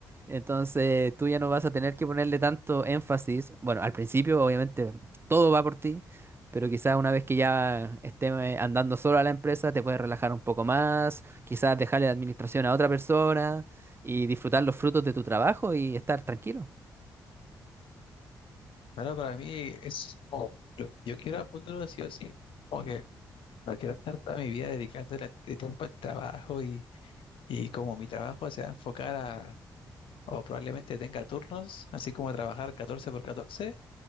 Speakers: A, on the right; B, on the left.
A: Entonces tú ya no vas a tener que ponerle tanto énfasis. Bueno, al principio obviamente todo va por ti, pero quizás una vez que ya esté eh, andando solo a la empresa te puedes relajar un poco más, quizás dejarle la administración a otra persona y disfrutar los frutos de tu trabajo y estar tranquilo.
B: pero para mí es como lo yo quiero a futuro sí o sí. Como que no quiero estar toda mi vida dedicándole de tiempo al trabajo y, y como mi trabajo se va a enfocar a, o probablemente tenga turnos, así como trabajar catorce por catorce